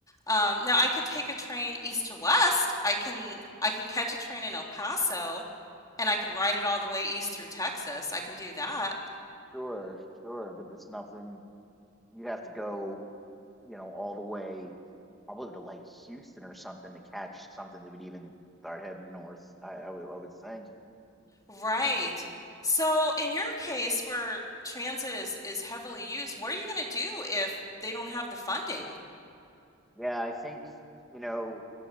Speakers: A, on the left; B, in the centre.
A: Um, now I can take a train east to west. I can I can catch a train in El Paso and I can ride it all the way east through Texas. I can do that.
B: sure, sure, but it's nothing. You have to go, you know, all the way probably to like Houston or something to catch something that would even start heading north. I, I would, I would think.
A: Right. So in your case where transit is is heavily used, what are you going to do if they don't have the funding?
B: Yeah, I think you know